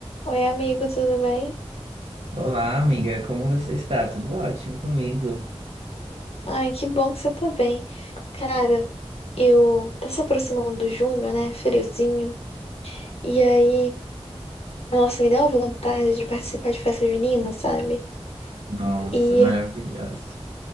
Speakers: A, on the left; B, on the right.
A: Oi, amigo, tudo bem?
B: Olá, amiga, como você está? Tudo ótimo comigo?
A: Ai, que bom que você tá bem. Cara, eu tá se aproximando do junho, né? Friozinho. E aí, nossa, me deu uma vontade de participar de festa junina, sabe?
B: Nossa,
A: E
B: maravilhosa.